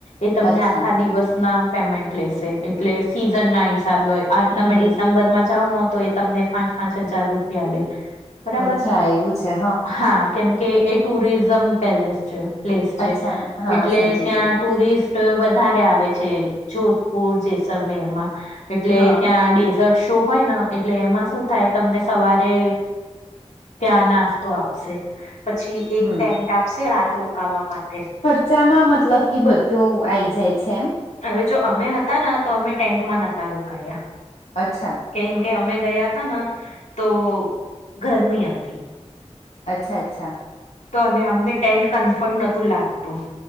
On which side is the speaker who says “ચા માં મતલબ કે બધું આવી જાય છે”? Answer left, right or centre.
Left